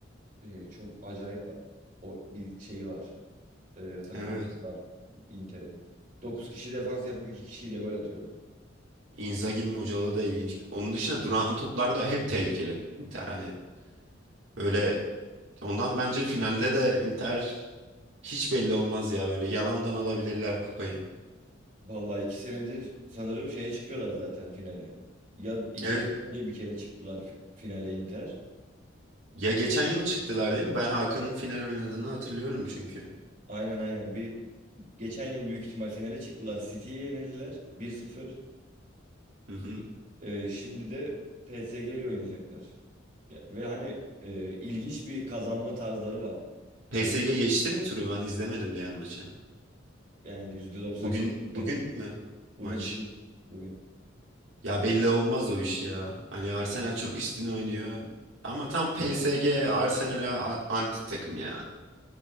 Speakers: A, on the right (about 40°); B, on the right (about 75°).
A: E, çok acayip o bir şeyi var. E, takım
B: Evet.
A: var Inter'in. dokuz kişi defans yapıp 2 kişiyle gol atıyorlar.
B: Inzaghi'nin hocalığı da ilginç. Onun dışında duran toplar da hep tehlikeli. Inter hani böyle ondan bence finalde de Inter hiç belli olmaz ya böyle yalandan alabilirler kupayı.
A: Vallahi 2 senedir sanırım şeye çıkıyorlar zaten finale. Ya iki
B: Evet
A: sene önce bir kere çıktılar fi- finale Inter.
B: Ya geçen yıl çıktılar değil mi? Ben Hakan'ın final oynadığını hatırlıyorum çünkü.
A: Aynen aynen. Bir geçen yıl büyük ihtimal finale çıktılar. City'ye yenildiler bir sıfır.
B: Hı hı.
A: Ee, şimdi de PSG ile oynayacaklar. Ya- ve hani e, ilginç bir kazanma tarzları var.
B: PSG
A: E, çok-
B: geçti mi turu? Ben izlemedim diğer maçı.
A: yani %90
B: Bugün
A: geçecek
B: bugün
A: bence.
B: mü
A: Bugün,
B: maç?
A: bugün, bugün.
B: Ya belli olmaz o iş ya. Hani Arsenal çok üstün oynuyor. Ama tam PSG Arsenal'a a- anti takım ya.